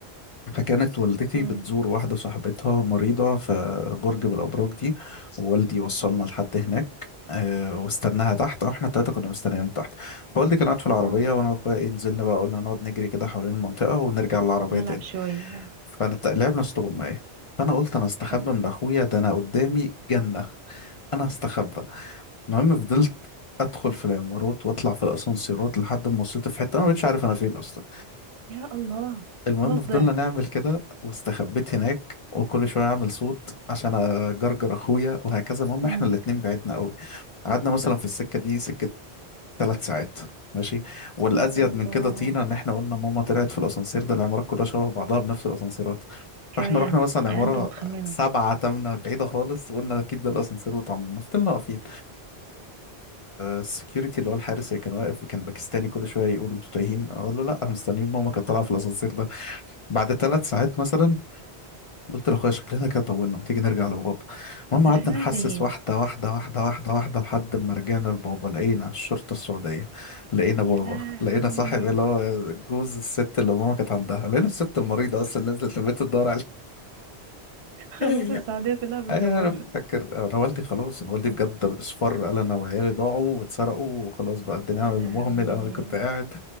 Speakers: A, on the left (about 45°); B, on the right (about 75°).
A: فكانت والدتي
B: مم.
A: بتزور واحدة صاحبتها مريضة في برج من الأبراج دي ووالدي وصلنا لحد هناك آه، واستناها تحت او احنا التلاتة كنا مستنيين تحت فوالدي كان قاعد في العربية
B: اه
A: وانا واخويا ايه نزلنا بقى قلنا نقعد نجري كده حوالين المنطقة ونرجع للعربية
B: نلعب
A: تاني
B: شوية بقى
A: فلعبنا استغماية فانا قلت انا استخبى
B: حلو
A: من اخويا ده انا قدامي جنة انا هستخبى المهم فضلت ادخل في العمارات واطلع في الاسانسيرات لحد ما وصلت في حتة انا ما بقتش عارف انا فين اصلا
B: يا الله
A: المهم
B: خلاص
A: فضلنا
B: ضعت
A: نعمل كده واستخبيت هناك وكل شويه اعمل صوت عشان اجرجر اخويا وهكذا المهم
B: مم.
A: احنا الاتنين بعدنا قوي قعدنا مثلا في السكه دي سكه ثلاث ساعات ماشي والازيد
B: يا الله
A: من كده طينا ان احنا قلنا ماما طلعت في الاسانسير ده العمارات كلها شبه بعضها بنفس الاسانسيرات
B: كمان
A: فاحنا رحنا مثلا عماره
B: يعني انتوا بتخمنوا
A: سبعة تمنة بعيده خالص وقلنا اكيد ده الاسانسير بتاع ماما فضلنا واقفين السكيورتي اللي هو الحارس اللي كان واقف كان باكستاني كل شويه يقول انتوا تايهين اقول له لا انا مستنيين ماما كانت طالعه في الاسانسير ده بعد ثلاث ساعات مثلا قلت لاخويا شكلنا كده طولنا ما تيجي نرجع لبابا المهم قعدنا
B: أنا شكلنا
A: نحسس
B: تايهين
A: واحده واحده واحده واحده واحده لحد ما رجعنا لبابا لقينا الشرطه السعوديه لقينا بابا
B: يا لهوي
A: لقينا صاحب اللي هو جوز الست اللي ماما كانت عندها لقينا الست المريضه اصلا نزلت البيت تدور عليه
B: خلاص
A: <laughs>
B: السعودية كلها بتدور
A: ايوه انا فاكر انا والدي خلاص انا والدي بجد اصفر قال انا وعيالي ضاعوا واتسرقوا وخلاص بقى الدنيا
B: يا
A: انا
B: لهوي
A: اللي مهمل انا اللي كنت قاعد